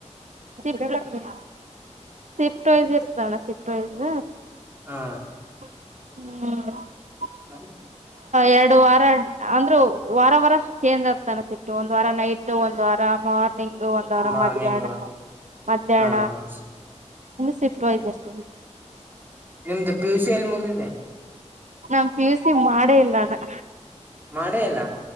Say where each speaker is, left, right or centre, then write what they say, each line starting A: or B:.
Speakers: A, on the right; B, on the right.
A: <unintelligible> ಸಿಫ್ಟಯ್ಸ್ ಇರ್ತಣ್ಣ ಸಿಫ್ಟ ವಾಯಸ್
B: ಹಾ
A: ಹಾ
B: ಹ
A: ಎರಡು ವಾರ ಅಂದ್ರು ವಾರ ವಾರ ಕೇಂದ್ರ <unintelligible> ಒಂದ್ ವಾರ ನೈಟ್ ಒಂದ್ ವಾರ ಮಾರ್ಚ್ ನಿಂಗು ಒಂದು ವರ
B: ಮಾರ್ನಿಂಗ್
A: ಮಧ್ಯಾಹ್ನ ಮಧ್ಯಾಹ್ನ
B: ಹಾ ಸ್
A: ಇನ್ನು ಸಿಫ್ಟ್ ವೈಸ್ ಇರ್ತದೆ
B: ಎಂತ <unintelligible> ಪಿಯುಸಿ ಎಲ್ಲಿ ಮಗಿದಿದೆ
A: ನಮ್ ಪಿಯುಸಿ ಮಾಡೇ ಇಲ್ಲಾನ
B: ಮಾಡೇಯಿಲ್ಲ